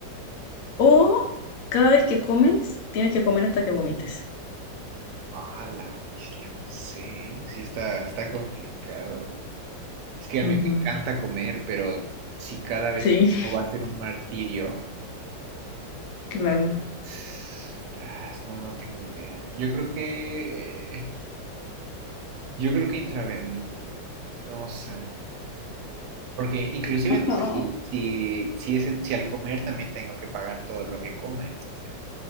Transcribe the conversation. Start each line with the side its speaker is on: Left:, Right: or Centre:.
Left: O cada vez que comes, tienes que comer hasta que vomites.
Right: Ah, la bestia, no sé. ¿eh? Sí, está, está complicado. Es que a
Left: Ujú.
Right: mí me encanta comer, pero si cada vez
Left: Sí,
Right: que como
Left: <laughs>
Right: va a ser un martirio,
Left: claro.
Right: <sighs> tras, no, no tengo idea. Yo creo que, yo creo que intravenosa. Porque inclusive
Left: <laughs>
Right: no sé si, si, si, es, si al comer también tengo que pagar todo lo que coma, entonces